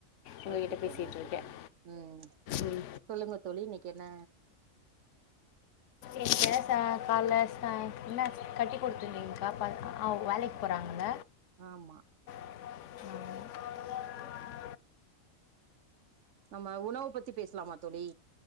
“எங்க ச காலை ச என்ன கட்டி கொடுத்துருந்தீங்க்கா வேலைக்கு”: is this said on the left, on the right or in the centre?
Left